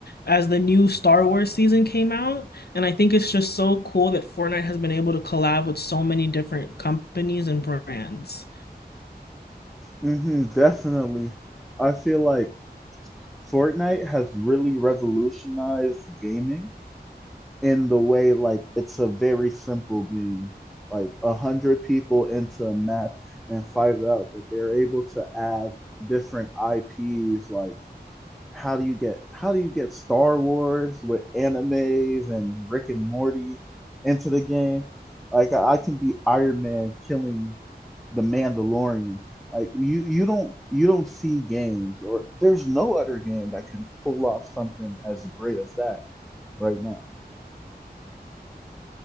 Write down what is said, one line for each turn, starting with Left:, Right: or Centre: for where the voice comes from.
Left: as the new Star Wars season came out. And I think it's just so cool that Fortnite has been able to collab with so many different companies and brands.
Centre: game. hmm definitely. I feel like Fortnite has really revolutionized gaming in the way like it's a very simple game like a hundred people into a map and fight it out, but they're able to add different IPs. Like how do you get how do you get Star Wars with animes and Rick and Morty into the game? Like I, I can be Iron Man killing the Mandalorian. Like you you don't you don't see games or there's no other game that can pull off something as great as that right now.